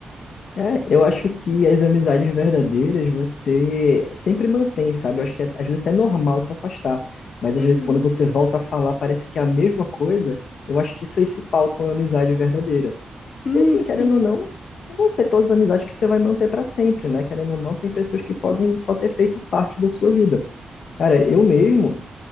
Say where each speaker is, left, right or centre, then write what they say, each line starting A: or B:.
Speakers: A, on the left; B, on the left.
A: É, eu acho que as amizades verdadeiras você sempre mantém, sabe? Eu acho que é, às vezes até é normal se afastar, mas às
B: Uhum.
A: vezes quando você volta a falar parece que é a mesma coisa, eu acho que isso aí se pauta uma amizade verdadeira.
B: Hum,
A: E assim,
B: sim.
A: querendo ou não, não vão ser todas as amizades que você vai manter para sempre, né? Querendo ou não, tem pessoas que podem só ter feito parte da sua vida. Cara, eu mesmo,